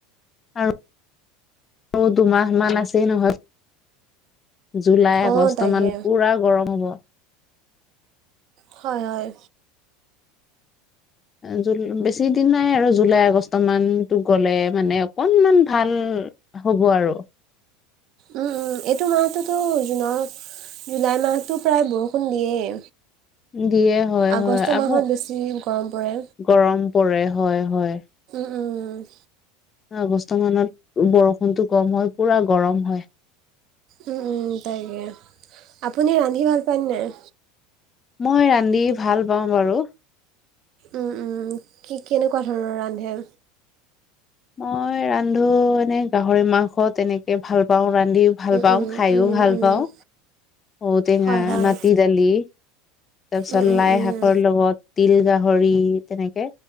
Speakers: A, on the left (about 20°); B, on the right (about 45°).
A: আৰু দুমাহ মান আছেই নহয়। জুলাই আগষ্ট
B: অঁ তাকে
A: মান পুৰা গৰম হ'ব।
B: হয়। হয়।
A: জ বেছি দিন নাই আৰু জুলাই আগষ্ট মান গ'লে মানে অকনমান ভাল হ'ব আৰু।
B: উম। উম। এইটো মানটোতো জুলাই মাহটো প্ৰায় বৰষুণ দিয়েই।
A: দিয়ে হয়।
B: আগষ্ট
A: হয়। আকৌ
B: মাহত বেছি গৰম পৰে
A: গৰম পৰে হয় হয়।
B: উঁম
A: আগষ্ট মানত বৰষুণটো কম হয়। পুৰা গৰম হয়।
B: উম উম তাকে। আপুনি ৰান্ধি ভাল পায়নে নাই?
A: মই ৰান্ধি ভাল পাওঁ বাৰু।
B: উম, উম, কি, কেনেকুৱা ধৰণৰ ৰান্ধে?
A: মই ৰান্ধো এনে গাহৰি মাংস তেনেকে ভাল পাওঁ। ৰান্ধিও ভাল পাওঁ,
B: উম,
A: খাইও
B: উম,
A: ভাল
B: উম,
A: পাওঁ, ঔটেঙা,
B: হয় হয়
A: মাটি দালি তাৰপিছত
B: উম, উম,
A: লাই
B: উম,
A: শাকৰ লগত তিল গাহৰি তেনেকে।